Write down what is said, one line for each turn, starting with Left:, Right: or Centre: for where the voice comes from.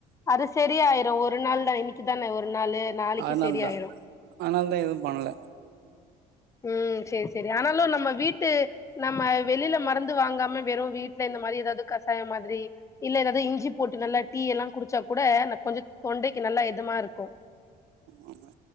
Left: அது சரிய ஆயிரு ஒரு நாள் தா இன்னைக்கு தானே ஒரு நாளு நாளைக்கு
Right: அதனால
Left: சரியாயிரு
Right: தா அதனால தா எதுவு பண்ணல
Left: உம் செரி செரி ஆனாலும் நம்ம வீட்டு நம்ம வெளில மறந்து வாங்காம வெறு வீட்ல இந்த மாரி எதாது கசாயம் மாதிரி இல்ல ஏதாது இஞ்சி போட்டு நல்லா டீ எல்லா குடிச்சா கூட ந கொஞ்சோ தொண்டைக்கு நல்லா எதமா இருக்கு
Right: ஆமா